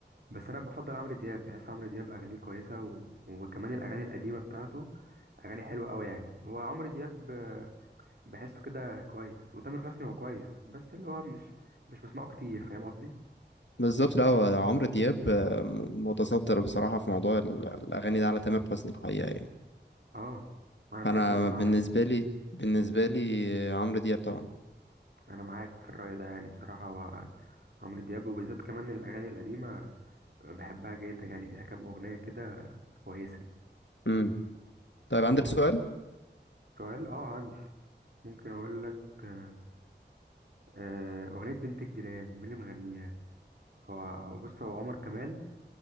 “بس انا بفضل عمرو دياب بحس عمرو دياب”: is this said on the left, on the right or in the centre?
Right